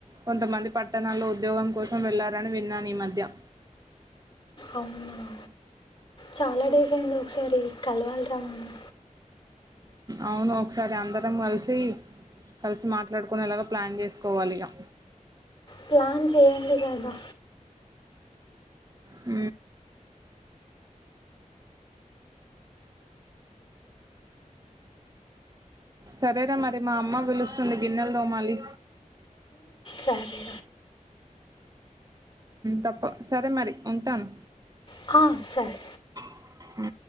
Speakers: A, on the right; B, on the left.
A: కొంతమంది పట్టణాల్లో ఉద్యోగం కోసం వెళ్ళారని విన్నాను ఈ మధ్య
B: అవునావు చాలా డేస్ అయింది ఒకసారి కలవాలిరా మన్న
A: అవును ఒకసారి అందరం కలిసి కలిసి మాట్లాడుకునేలాగా ప్లాన్ చేసుకోవాలి ఇక
B: ప్లాన్ చేయండి కదా
A: అ సరేరా మరి మా అమ్మ పిలుస్తుంది గిన్నెల దోమాలి
B: సారే
A: తప్ప సరే మరి ఉంటాను
B: ఆ సరే
A: హ